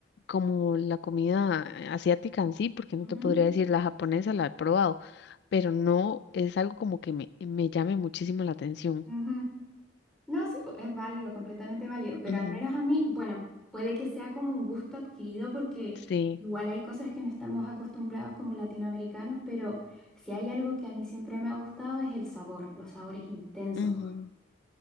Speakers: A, on the left (about 60°); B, in the centre.
A: como la comida eh, asiática en sí, porque no
B: Ujú,
A: te podría decir la japonesa, la he probado, pero no es algo como que me, me llame muchísimo la atención.
B: ujú. No, sí, po, es válido, completamente válido, pero
A: Ujú,
B: al menos a mí, bueno, puede que sea como un gusto adquirido porque
A: Sí,
B: igual hay cosas que no estamos acostumbrados como latinoamericanos, pero si hay algo que a mí siempre me ha gustado es el sabor, los sabores intensos.
A: ujú,